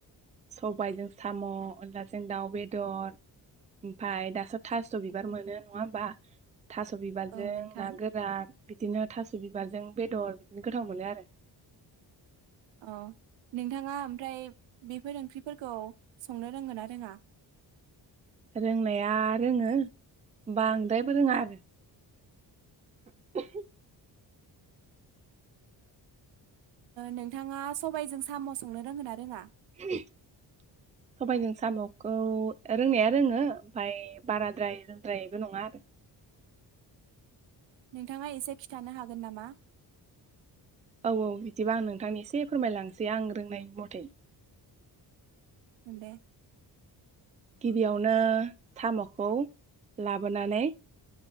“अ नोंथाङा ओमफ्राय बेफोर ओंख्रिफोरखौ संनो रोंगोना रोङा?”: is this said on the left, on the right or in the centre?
Right